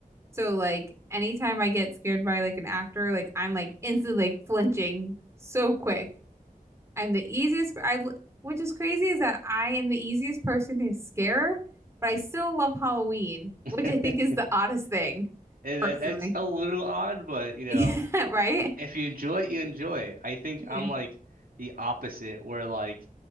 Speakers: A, on the right; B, on the right.
A: So like anytime I get scared by like an actor, like I'm like instantly like flinching so quick. I'm the easiest, I, which is crazy is that I am the easiest person to scare, but I still love Halloween,
B: <laughs>
A: which I think is the oddest thing,
B: And
A: personally.
B: that, that's a
A: <laughs>
B: little odd, but you
A: Yeah,
B: know,
A: right?
B: if you enjoy it, you enjoy it. I think
A: Yeah.
B: I'm like the opposite where like